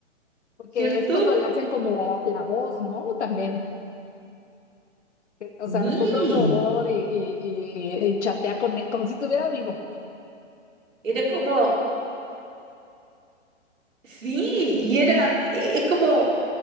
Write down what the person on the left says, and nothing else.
porque
es cuando le hacen como la voz, ¿no? También, que- o
sea, compra un robot y, y- y- y chatea con él, como si estuviera vivo.